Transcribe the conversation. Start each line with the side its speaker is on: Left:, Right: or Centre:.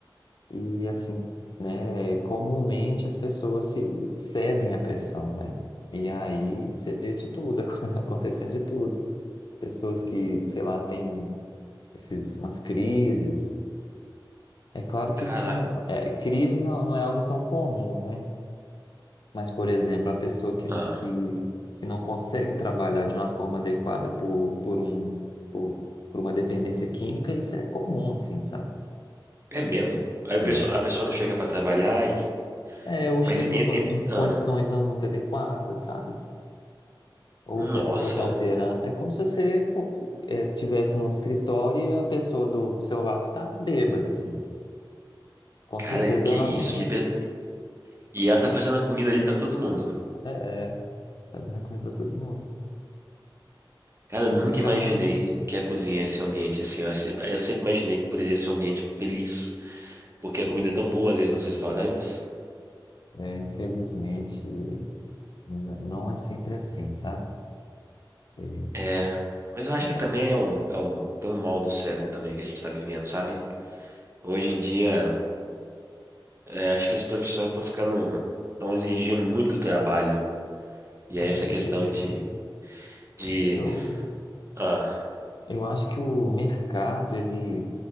Left: E assim, né, comumente as pessoas se cedem à pressão, né? E aí você vê de tudo, <laughs> acontecendo de tudo. Pessoas que, sei lá, têm esses, umas crises. É claro que
Right: Caraca.
Left: isso não é, crise não, não é algo tão comum, né? Mas, por exemplo, a pessoa que,
Right: Ah,
Left: que, que não consegue trabalhar de uma forma adequada por, por um, por, por uma dependência química, isso é comum, assim, sabe?
Right: é mesmo? Aí
Left: É,
Right: o pessoal, a pessoa não chega pra trabalhar e.
Left: é, ou
Right: Mas.
Left: chega
Right: en-
Left: em, con-
Right: en-
Left: em
Right: ah,
Left: condições não muito adequadas, sabe? outra
Right: nossa,
Left: pessoa está alterando. É como se você pô, é, tivesse num escritório e a pessoa do seu lado está bêbada, assim. Com
Right: cara,
Left: certeza
Right: que
Left: ela
Right: isso?
Left: não
Right: E, a pe- e ela tá fazendo a comida ali pra todo mundo.
Left: é, é fazendo comida pra todo mundo.
Right: Cara, eu
Left: Complicado,
Right: nunca imaginei
Left: né?
Right: que a cozinha ia ser um ambiente assim. Eu sempre, eu sempre imaginei que poderia ser um ambiente feliz, porque a comida é tão boa às vezes nos restaurantes.
Left: É, infelizmente, n- não é sempre assim, sabe? É,
Right: É, mas eu acho que
Left: mas
Right: também é um, é um, tem um mal do século também que a gente tá vivendo, sabe? Hoje em dia, é, acho que as profissões estão ficando, estão exigindo muito trabalho. E
Left: com
Right: aí
Left: certeza.
Right: essa questão de, de,
Left: Eu,
Right: ah,
Left: eu acho que o mercado, ele,